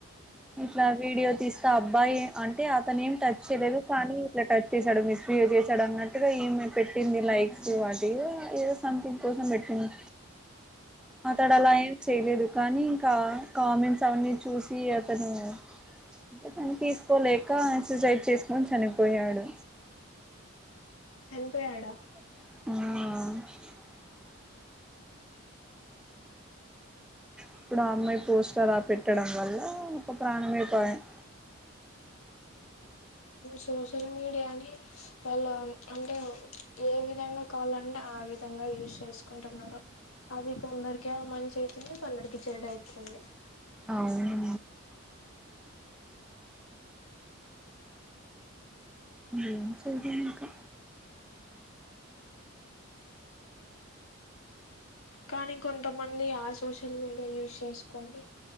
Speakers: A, in the centre; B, on the left.
A: ఇట్లా వీడియో తీస్తా అబ్బాయి అంటే అతను ఏం టచ్ చేయలేదు కానీ ఇట్లా టచ్ చేశాడు మిస్బిహేవ్ చేశాడు అన్నట్టు అ ఏమ పెట్టింది లైక్స్ ఏదో ఏదో సంథింగ్ కోసం పెట్టింది అతడ అలా ఏం చేయలేదు కానీ ఇంకా కామెంట్స్ అవన్నీ చూసి అతనును తీసుకోలేక సూసైడ్ చేసుకొని చనిపోయాడు
B: చనిపోయాడా
A: ఆ ఇప్పుడు ఆ అమ్మాయి పోస్టర్లా పెట్టడం వల్ల ఒక ప్రాణమైపోయాం
B: సోషల్ మీడియాని వాళ్ళు అంటే ఏ విధంగా కావాలంటే ఆ విధంగా యూస్ చేసుకుంటున్నారు అది ఇ కొందరికి మంచి అయితుంది కొందరికి చెడు అవుతుంది
A: అవునా ఏం చేయలేం ఇంకా
B: కానీ కొంతమంది ఆ సోషల్ మీడియా యూస్ చేసుకొని